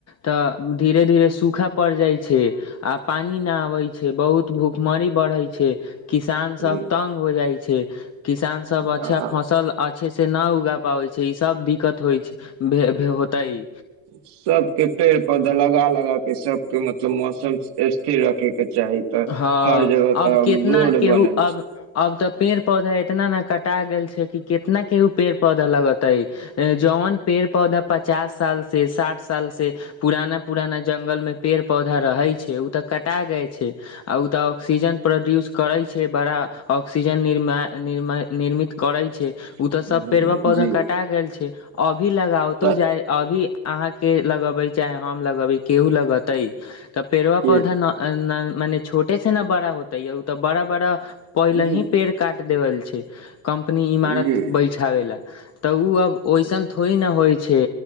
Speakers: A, on the left; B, on the right.
A: त धीरे धीरे सूखा पड़ जाइ छै आ पानी नहि आबै छै बहुत भूखमरी बरहै छै किसान
B: हम्म,
A: सब तंग हो जाइ छै किसान सब अच्छा
B: तऽ
A: फसल अच्छे से न उगा पाबै छै ई सब दिक्कत होइ छै भे, भे होतै
B: सबके पेड़ पौधा लगा ल गा के सबके मतलब मौसम स्थिर रखे के चाही तऽ
A: हँ
B: हर जगह
A: अब
B: तऽ आब
A: केितना
B: रोड
A: केहू
B: बनै
A: अब
B: छै
A: अब तऽ पेड़ पौधा इतना ने कटा गेल छै कि कितना केहु पेड़ पौधा लगतै जवन पेड़ पौधा पचास साल से साठ साल से पुराना पुराना जंगलमे पेड़ पौधा रहे छै उ ओत कटा गै छै आ ओ तऽ ऑक्सीजन प्रोड्यूस करै छै बड़ा ऑक्सीजन निर्मान निर्मा निर्मित करै छै ओ
B: हम्म,
A: तऽ सब पेड़बा पौधा
B: जी
A: कटा गेल छै अभी लगओतो
B: तऽ
A: जाइ अभी अहाँके लगेबै चाहे हम लगेबै केहू लगेतै त पेड़वा
B: ये
A: पौधा न न मने छोटे से ने बड़ा होते य ओ त बड़ा बड़ा पहिले
B: उ-
A: ही पेड़ काट देवल छै कम्पनी इमारत
B: जी
A: बैठाबै लए तऽ ओ अब ओइसन थोड़े न होइ छै